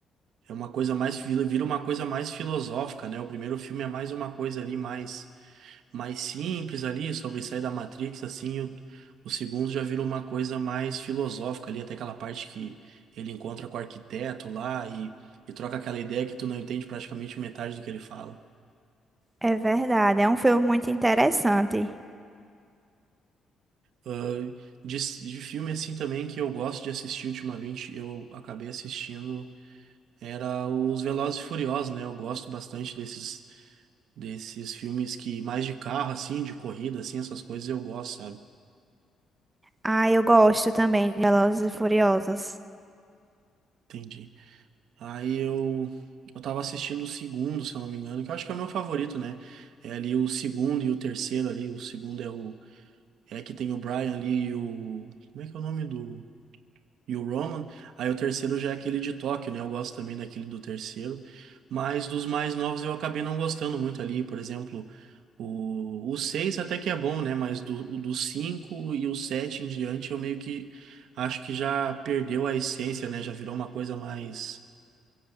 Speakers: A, on the right (about 75°); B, on the right (about 15°).
A: É uma coisa mais, filo- vira uma coisa mais filosófica, né? O primeiro filme é mais uma coisa ali mais mais simples ali, sobre sair da Matrix, assim, o, o segundo já vira uma coisa mais filosófica ali, até aquela parte que ele encontra com o arquiteto lá e, e troca aquela ideia que tu não entende praticamente metade do que ele fala.
B: É verdade, é um filme muito interessante.
A: Ah, de, de filme assim também que eu gosto de assistir ultimamente, eu acabei assistindo, era os Velozes e Furiosos, né? Eu gosto bastante desses, desses filmes que mais de carro, assim, de corrida, assim, essas coisas eu gosto, sabe?
B: Ah, eu gosto também de Velozes e Furiosos.
A: Entendi. Aí eu, eu tava assistindo o segundo, se eu não me engano, que eu acho que é o meu favorito, né? É ali o segundo e o terceiro ali. O segundo é o. É que tem o Brian ali e o. Como é que é o nome do. E o Roman. Aí o terceiro já é aquele de Tóquio, né? Eu gosto também daquele do terceiro. Mas dos mais novos eu acabei não gostando muito ali. Por exemplo, o, o 6 até que é bom, né? Mas do, o do 5 e o 7 em diante eu meio que acho que já perdeu a essência, né? Já virou uma coisa mais